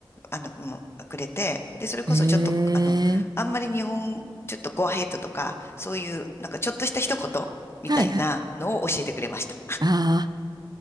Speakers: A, on the left; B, on the right.
A: あの、もうくれて、で、それこそちょっと、
B: ええ
A: あの、あんまり日本、ちょっとゴアヘイトとか、そういう、なんかちょっとした一言みたいなのを教えてくれました。
B: はいはい。ああ、